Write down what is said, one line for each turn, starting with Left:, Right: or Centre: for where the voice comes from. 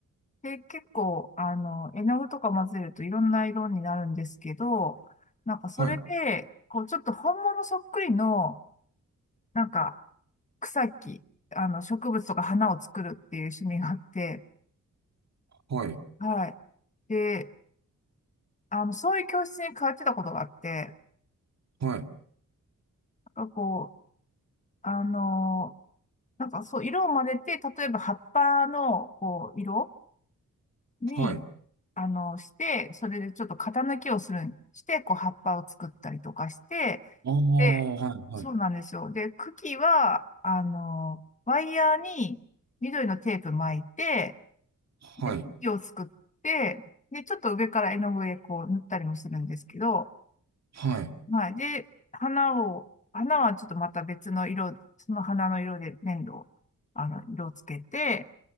Left: で、結構、あの、絵の具とか混ぜるといろんな色になるんですけど、なんか、それで、
Right: はい、
Left: こう、ちょっと本物そっくりの、なんか、草木、あの、植物とか花を作るっていう趣味があって、
Right: はい、
Left: はい。で、あの、そういう教室に通ってたことがあって、
Right: はい、
Left: なんかこう、あのなんかそう、色を混ぜて、例えば葉っぱのこう色に、
Right: はい。
Left: あの、して、それでちょっと型抜きをするん、して、こう葉っぱを作ったりとかして、
Right: ああ、
Left: で、
Right: はい、はい、
Left: そうなんですよ。で、茎は、あの、ワイヤーに緑のテープ巻いて、
Right: はい、
Left: で、茎を作って、で、ちょっと上から絵の具でこう塗ったりもするんですけど、
Right: はい、
Left: はい。で、花を、花はちょっとまた別の色、その花の色で粘土を、あの、色をつけて、